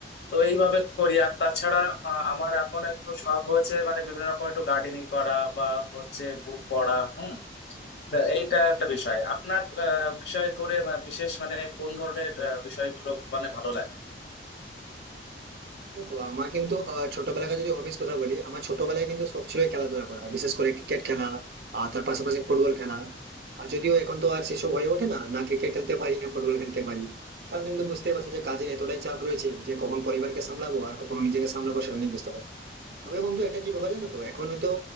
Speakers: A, on the left (about 70°); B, on the right (about 60°).
A: তো এইভাবে করি আর তাছাড়া আহ, আমার এখন একটু শখ হচ্ছে মানে বিভিন্ন রকম একটু গার্ডেনিং করা বা হচ্ছে বুক পড়া হুম তা এইটা একটা বিষয় আপনার আহ, বিষয় করে বা বিশেষ মানে কোন ধরনের আহ, বিষয়গুলো মানে ভালো লাগে
B: দেখো আমার কিন্তু আহ, ছোটবেলাকার যদি হবিস কথা বলি আমার ছোটবেলায় কিন্তু সব ছিল এই খেলাধুলা করা বিশেষ করে ক্রিকেট খেলা আর তার পাশাপাশি ফুটবল খেলা আর যদিও এখন তো আর সেসব হয়ে ওঠে না না ক্রিকেট খেলতে পারি না ফুটবল খেলতে পারি কারণ তুমি তো বুঝতেই পারছো যে কাজের এতটাই চাপ রয়েছে যে কখন পরিবারকে সামলাবো আর কখন নিজেকে সামলাবো সেটা আমি বুঝতে পারছি না। তবে বন্ধু একটা কি ব্যাপার জানো তো এখন হয়তো